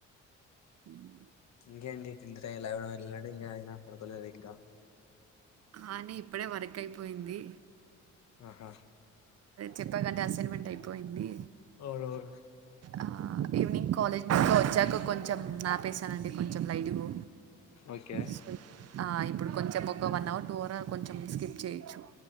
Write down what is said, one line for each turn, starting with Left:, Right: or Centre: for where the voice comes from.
Right: ఉహ్
Left: ఇంకేంటి తింక్ చేయలేదు మాట్లాడ వెళ్ళట్డు ఇంకా అయానా పడుకోలేదు ఇంకా
Right: ఆనే ఇప్పుడే వర్క్ అయిపోయింది.
Left: ఆహా
Right: చెప్పాలంటే అసైన్మెంట్ అయిపోయింది.
Left: అవునవును
Right: ఆహ్ ఈవినింగ్ కాలేజ్ వచ్చాక కొంచెం ఆపేసానండి కొంచం. చం లైట్గో
Left: ఓకే
Right: సో ఆ ఇప్పుడు కొంచెం ఒక వన్ అవర్ టూ అవర్ కొంచెం స్కిప్ చేయొచ్చు.